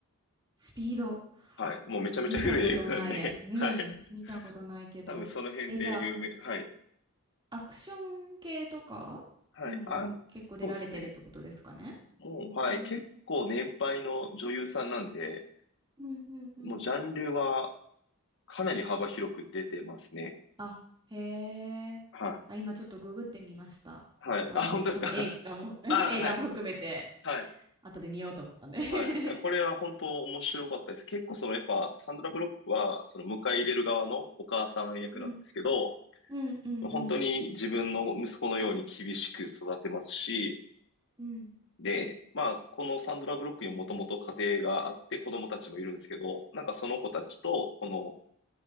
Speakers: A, on the right; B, on the left.
A: スピード。
B: はい、もうめちゃめちゃ古い映画なんで、
A: 見たことないです。うん。
B: <laughs> はい、
A: 見たことないけど。
B: 多分その辺で有名、
A: え、じゃ
B: はい、
A: あ、アクション系とかにも結構出られてるってことですかねうん。
B: はい、あ、そうですね。もう、はい、結構年配の女優さんなんで、
A: うんうんうん。
B: もうジャンルはかなり幅広く出てますね。
A: あ、へえ。
B: は
A: あ、今ちょっとググってみました。
B: い、はい、
A: あの、
B: あ、本当ですか
A: その映画も
B: <laughs>
A: <laughs>
B: あ、
A: 映画も含めて、
B: はい。はい。
A: 後で見ようと思ったんで <laughs>
B: はい。これは本当面白かったです。結構そのやっぱサンドラ・ブロックはその迎え入れる側のお母さん役なんですけど、
A: うん。うん、うん、
B: 本当に自分の息子のように厳しく育てますし、
A: うん、うん、
B: で、まあこのサンドラ・ブロックにもともと家庭があって子供たちもいるんですけど、なんかその子たちとこの